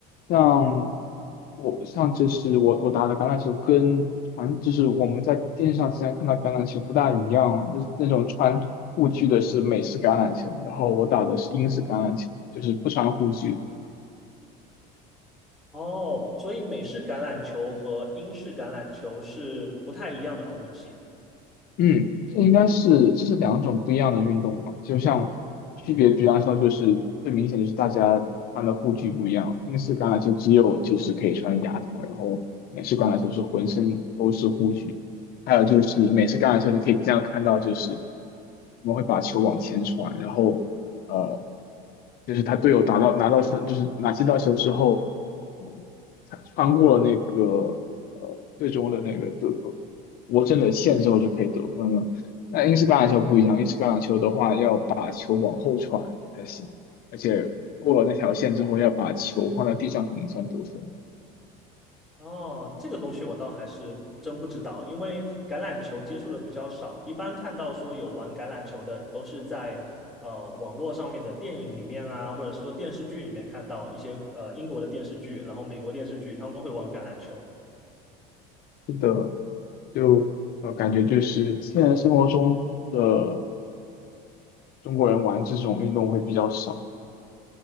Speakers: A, on the left (about 55°); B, in the centre.
A: 像我像就是我我打的橄榄球跟传就是我们在电视上经常看到橄榄球不大一样哦，那那种穿护具的是美式橄榄球，然后我打的是英式橄榄球，就是不穿护具的。
B: 哦，所以美式橄榄球和英式橄榄球是不太一样的东西。
A: 嗯，这应该是这是两种不一样的运动嘛，就像区别，比方说就是最明显就是大家穿的护具不一样，英式橄榄球只有就是可以穿牙套，然后美式橄榄球是浑身都是护具，还有就是美式橄榄球你可以经常看到就是我们会把球往前传，然后呃就是他队友打到拿到分就是拿接到球之后，嗯，穿穿过了那个呃最终的那个队我真的线之后就可以得分了。但英式橄榄球不一样，英式橄榄球的话要把球往后传才行，而且过了那条线之后要把球放在地上才能算得分。
B: 哦，这个东西我倒还是真不知道，因为橄榄球接触的比较少，一般看到说有玩橄榄球的都是在呃网络上面的电影里面啊，或者是说电视剧里面看到一些呃英国的电视剧，然后美国电视剧他们会玩橄榄球。
A: 是的，就呃感觉就是现实生活中的中国人玩这种运动会比较少。